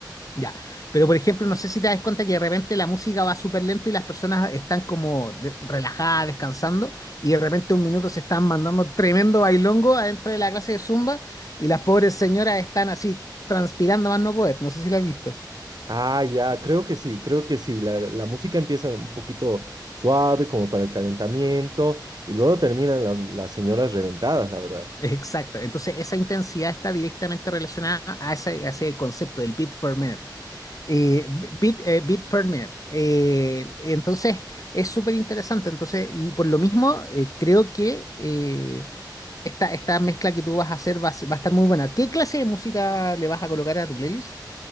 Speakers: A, on the left; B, on the right.
A: ya. Pero por ejemplo, no sé si te das cuenta que de repente la música va súper lento y las personas están como de- relajadas, descansando, y de repente un minuto se están mandando tremendo bailongo adentro de la clase de zumba y las pobres señoras están así transpirando más no poder, no sé si lo has visto.
B: Ah, ya, creo que sí, creo que sí. La, la música empieza un poquito suave, como para el calentamiento, y luego terminan la- las señoras reventadas, la verdad.
A: Exacto. Entonces, esa intensidad está directamente relacionada a ese, a ese concepto del beat per minute. Eh, b- beat, eh, beat per minute. Eh, entonces, es súper interesante. Entonces, y por lo mismo, eh, creo que eh, esta, esta mezcla que tú vas a hacer va, a s- va a estar muy buena. ¿Qué clase de música le vas a colocar a tu playlist?